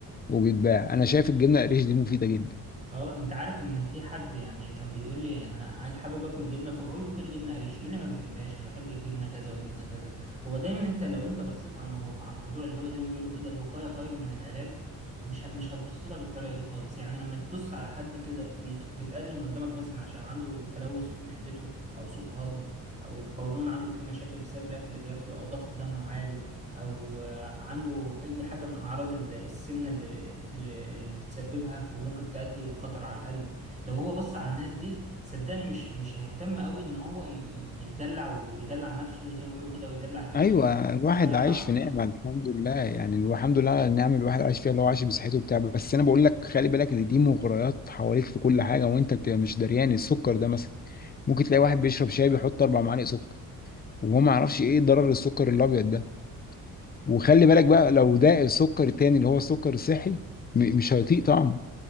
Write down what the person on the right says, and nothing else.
اه انت عارف ان في حد يعني كان بيقول لي انا عايز- حابب اكل جبنه فبقول له كل جبنه قريش يقول لي ما بحبهاش انا بحب الجبنه كذا والجبنه كذا هو دايما انت لو انت بصيت على المو... على الموضوع اللي هو زي ما بيقولوا كده الوقايه خير من العلاج مش ه... مش هتبص لها بالطريقه دي خالص يعني لما تبص على حد كده بيت... بيتقدم قدامك مثلا عشان عنده تلوث في معدته او سوء هضم او القولون عنده فيه مشاكل بسبب الاكل اللي بياكله او ضغط دمه عالي او عنده أي حاجة من أعراض ال- السمنة اللي, اللي, اللي بتسببها وممكن تؤدي خطر على القلب لو هو بص على الناس دي صدقني مش مش هيهتم قوي إن هو ي- يتدلع ويدلع نفسه زي ما بيقولوا كده ويدلع كرشه
لا
هو يحاول
اه